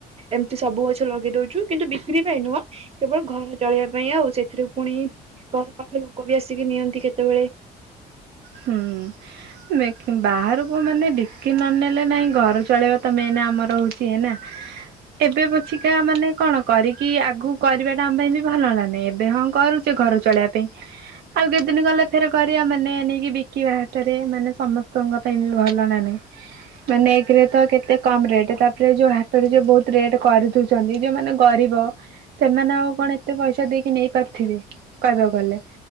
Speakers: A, on the right (about 35°); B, on the right (about 70°).
A: ଏମିତି ସବୁ ଗଛ ଲଗେଇ ଦଉଛୁ କିନ୍ତୁ ବିକ୍ରି ପାଇଁ ନୁହଁ। କେବଳ ଘର ଚଳିବା ପାଇଁ ଆଉ ସେଥିରୁ ପୁଣି ଘର ପାଖ ଲୋକ ବି ଆସିକି ନିଅନ୍ତି କେତେବେଳେ।
B: ହୁଁ। ମେ ବାହାରକୁ ମାନେ ବିକି ନନେଲେ ନାହିଁ ଘର ଚଳେଇବା ତ ମେନ୍ ଆମର ହେଉଛି ହେନା। ଏବେ ପଛିିକା ମାନେ କଣ କରି କି ଆଗକୁ କରିବାଟା ଆମ ପାଇଁ ବି ଭଲ ନା ନାଇଁ? ଏବେ ହଁ କରୁଛେ ଘର ଚଳେଇବା ପାଇଁ। ଆଉ କେତେଦିନ ଗଲେ ଫେର କରିବା ମାନେ ନେଇ ବିକିବା ହାଟରେ ମାନେ ସମସ୍ତଙ୍କ ପାଇଁ ବି ଭଲ ନା ନାଇ? ମାନେ ଏକରେ ତ କେତେ କମ ରେଟ୍ ତାପରେ ଯୋଉ ହାତରେ ଯୋଉ ବହୁତ ରେଟ କରିୁଛିଦୋଉ ଯୋଉମାନେ ଗରିବ ସେମାନେ ଆଉ କଣ ଏତେ ପଇସା ଦେଇକି ନେଇ ପାରୁଥିବେ? କହିବାକୁ ଗଲେ